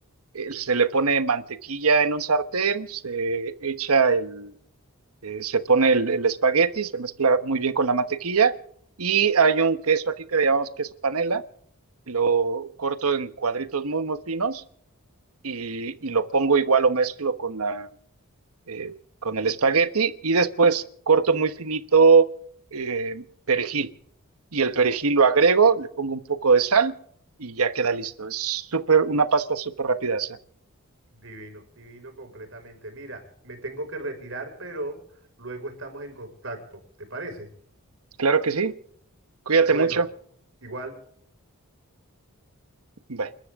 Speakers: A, on the right; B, on the right.
A: Eh, se le pone mantequilla en un sartén, se echa el, eh, se pone el, el espagueti, se mezcla muy bien con la mantequilla. Y hay un queso aquí que le llamamos queso panela, lo corto en cuadritos muy, muy finos y, y lo pongo igual o mezclo con la eh, con el espagueti y después corto muy finito eh, perejil. Y el perejil lo agrego, le pongo un poco de sal y ya queda listo. Es súper, una pasta súper rápida. esa.
B: Divino, divino completamente. Mira, me tengo que retirar, pero luego estamos en contacto, ¿te parece?
A: Claro que sí. Cuídate
B: Bueno,
A: mucho.
B: igual.
A: Bye.